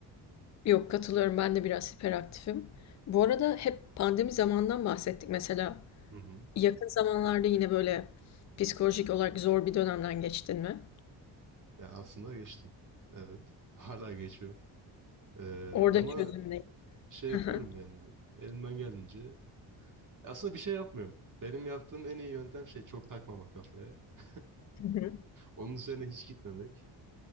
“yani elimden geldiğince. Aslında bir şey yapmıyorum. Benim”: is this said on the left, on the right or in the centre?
Right